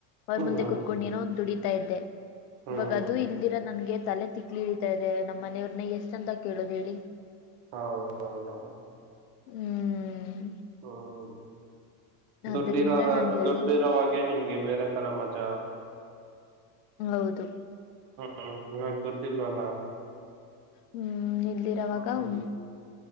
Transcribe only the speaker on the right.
ಹ್ಮ್
ಹ್ಮ್
ಹೌದೌದುದು
ಹ್ಮ್ ಹ್ಮ
ಡ್ಡಿ
ದುಡ್ಡಿರೋವಾಗೆ ನಿಮ್ಗೆ ಬೇರೆ ತಥರ ಮಜಾ
ಹ ಹದುರ್್ದಿನ ವಾ
ಹ್ಮ್